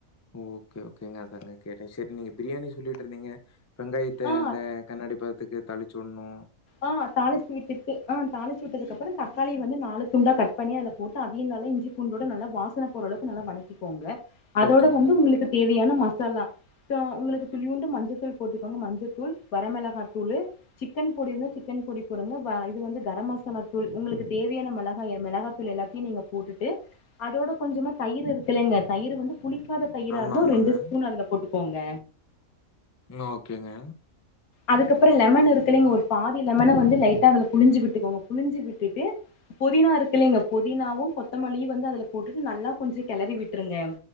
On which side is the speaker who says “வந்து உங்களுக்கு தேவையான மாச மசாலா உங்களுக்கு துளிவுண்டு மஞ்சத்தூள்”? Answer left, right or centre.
Left